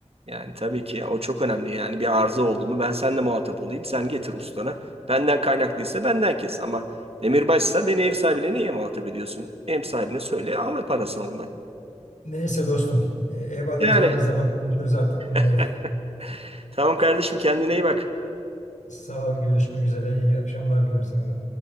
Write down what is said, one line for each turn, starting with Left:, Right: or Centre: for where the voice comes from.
Right: yani tabii ki o çok önemli. Yani bir arıza oldu mu ben seninle muhatap olayım sen getir ustana. Benden kaynaklıysa benden kes ama demirbaşsa beni ev sahibine niye muhatap ediyorsun? Ev sahibine söyle al parasını ondan.
Left: Neyse dostum e, ev alacağımız
Right: Yani
Left: zaman konuşuruz artık
Right: <laughs>
Left: bunları.
Right: tamam kardeşim kendine iyi bak.
Left: <laughs> Sağ ol, görüşmek üzere. İyi akşamlar diliyorum sana da.